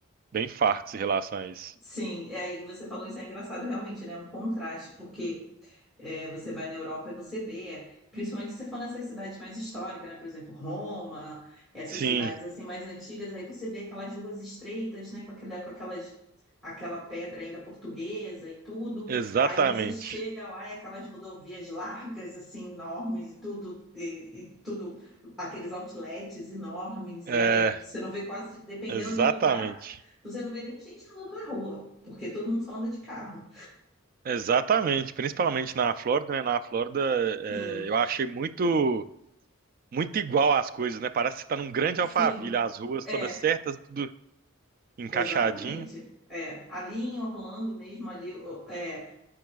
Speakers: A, on the right (about 45°); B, in the centre.
A: bem fartos em relação a isso.
B: sim, é, e você falou isso é engraçado realmente, né? É um contraste, porque É, você vai na Europa e você vê, é, principalmente se você for nessas cidades mais históricas, né? Por exemplo, Roma, essas
A: Sim,
B: cidades assim mais antigas, aí você vê aquelas ruas estreitas, né? Com aquela, com aquelas, aquela pedra ainda portuguesa e tudo.
A: exatamente.
B: Aí você chega lá, é aquelas rodovias largas, assim, enormes e tudo, e, e tudo, aqueles outlets enormes,
A: É,
B: né? E você não vê quase, dependendo
A: exatamente.
B: do lugar, você não vê nem gente andando na rua, porque todo mundo só anda de carro.
A: Exatamente, principalmente na Flórida, né? Na Flórida, é,
B: Sim,
A: eu achei muito muito igual as coisas, né? Parece que você tá num grande
B: sim.
A: Alphaville, as ruas
B: É,
A: todas certas, tudo encaixadinho.
B: Exatamente. É, ali em Orlando mesmo, ali, o- é,